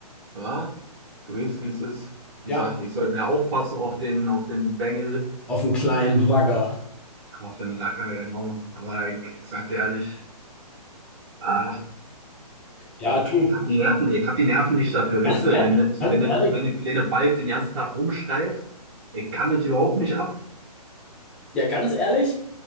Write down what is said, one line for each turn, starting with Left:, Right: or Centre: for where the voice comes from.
Right: Ja, du weißt, wie es ist. Die
Centre: Ja,
Right: sagt, ich soll mehr aufpassen auf den, auf den Bengel,
Centre: auf einen kleinen Bagger.
Right: auf den Racker, genau. Aber ich, ich sag dir ehrlich, ah,
Centre: Ja, du.
Right: ich, ich hab die Nerven, ich hab die Nerven nicht dafür,
Centre: Ganz
Right: weißt du,
Centre: ehrlich,
Right: wenn das,
Centre: ganz
Right: wenn das,
Centre: ehrlich,
Right: wenn der kleine Balk den ganzen Tag rumschreit, ich kann das überhaupt nicht ab.
Centre: ja, ganz ehrlich,